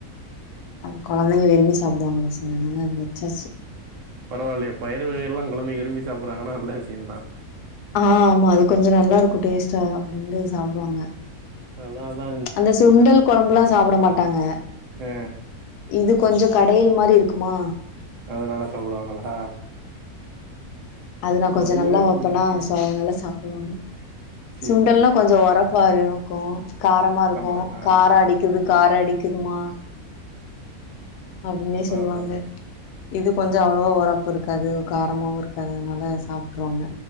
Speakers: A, on the left; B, on the right.
A: அது கொழந்தைங்க விரும்பி சாப்பிடுவாங்களா சல்ல அதனால் அத வச்சாச்சு
B: பரவால்லையே பயிரரு வகை எல்லாம் குழந்தைங்க விரும்பி சாப்பிட்றாங்கன்னா நல்ல விஷயம்தான்
A: ஆஹ ஆமா அது கொஞ்சம் நல்லாருக்கும் டேஸ்ட்டா அப்படின்ந்து சாப்பிடுவாங்க
B: அதா‌அதா
A: அந்த சுண்டல் குழம்புல்லாம் சாப்பிட மாட்டாங்க
B: ஆ
A: இது கொஞ்சம் கடையல் மாதிரி இருக்குமா
B: அதனால சாப்பிடுவாங்களா
A: அது நா கொஞ்ச
B: பயிறு
A: நல்லா வைப்பேன்னா
B: ம்
A: ஸோ அவங்க நல்லா சாப்பிடுவாங்க
B: சேரி
A: சுண்டல்லா
B: சேரி
A: கொஞ்ச
B: சேரி
A: உரப்பா இருக்கு காரமா இருக்கும்
B: இருக்கு ஆ
A: கார அடிக்குறதுக்கு கார அடிக்குதுமா அப்டின்னே
B: அதா
A: சொல்லுவாங்க
B: அதா அதா
A: இது கொஞ்ச
B: ம்.
A: அவ்ளவா உர உரப்பு இருக்காது தாவரமாக இருக்காது அதனால சாப்பிட்ருவாங்க